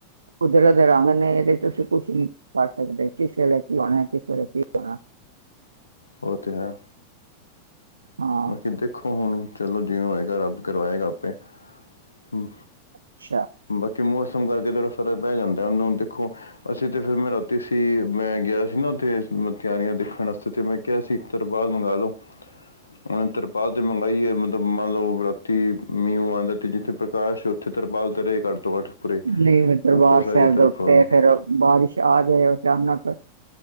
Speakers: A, on the right (about 75°); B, on the left (about 75°).
A: ਕੁਦਰਤ ਰੰਗ ਨੇ ਇਦੇ 'ਚ ਅਸੀਂ ਕੁਛ ਨੀ ਕਰ ਸਕਦੇ ਕਿਸੇ ਲੈ ਕੀ ਹੋਣਾ ਕਿਸੇ ਲ ਕੀ ਹੋਣਾ।
B: ਉਹ ਤੇ ਹੈ।
A: ਹਾਂ
B: ਬਾਕੀ ਦੇਖੋ, ਹੁਣ ਚਲੋ ਜਿਵੇ ਹੋਏਗਾ ਰੱਬ ਕਰਵਾਏਗਾ ਆਪੇ ਹ
A: ਅੱਛਾ
B: ਬੱਚੇ ਮੌਸਮ ਕਰਕੇ ਥੋੜਾ ਫਰਕ ਪੈ ਜਾਂਦਾ ਉਹੂੰ ਹੁਣ ਦੇਖੋ। ਅਸੀਂ ਤੇ ਫਿਰ ਮੈਂ ਰਾਤੀ ਸੀ ਮੈਂ ਗਿਆ ਸੀ ਨਾ ਉੱਥੇ ਤਿਆਰੀਆਂ ਦੇਖਣ ਆਸਤੇ ਤੇ ਮੈਂ ਕਿਹਾ ਸੀ ਤਰਪਾਲ ਮੰਗਾ ਲੋੋ ਉਹਨੇ ਤਰਪਾਲ ਤੇ ਮੰਗਾਈ ਹੈ। ਮੰਨ ਲਓ ਰਾਤੀ ਮੀਂਹ ਉਂਹ ਆਉਂਦਾ ਤੇ ਜਿੱਥੇ ਪ੍ਰਕਾਸ਼ ਉੱਥੇ ਤਰਪਾਲ ਤੇ ਰਹੇ ਘੱਟੋ ਤੋਂ ਘੱਟ ਪੂਰੇ
A: ਨਹੀਂ ਫਿਰ ਦਰਬਾਰ
B: ਉੱਪਰ ਸਾਰੀ
A: ਸਾਬ
B: ਤਰਪਾਲ
A: ਦੇ ਉਤੇ ਫਿਰ ਬਾਰਿਸ਼ ਆ ਜਾਏ ਅਚਾਨਕ